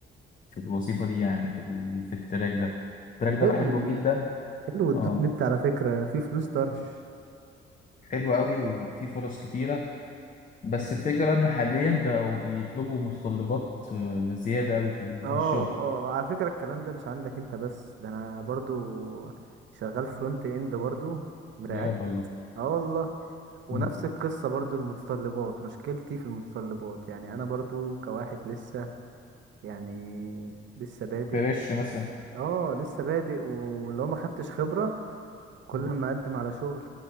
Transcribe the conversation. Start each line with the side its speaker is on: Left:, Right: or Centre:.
Left: في الوظيفة دي يعني في ال- في التراك ده التراك
Right: حلو
Left: ده بحبه جدا
Right: حلو الدوت
Left: اه
Right: نت على فكرة في فلوس طرش
Left: حلو قوي وفيه فرص كتيرة بس الفكرة بقى إن حاليا بقوا بيطلبوا متطلبات آه، زيادة قوي في ال-
Right: اه
Left: في الشغل
Right: اه على فكرة الكلام ده مش عندك انت بس ده انا برضو شغال فرونت اند برضو رياكت
Left: بجد والله
Right: اه والله ونفس
Left: مم.
Right: القصة برضو المتطلبات مشكلتي في المتطلبات يعني انا برضو كواحد لسه يعني لسه بادئ
Left: فريش مثلا
Right: اه لسه بادئ واللي هو ما خدتش خبرة كل
Left: مم.
Right: ما اقدم على شغل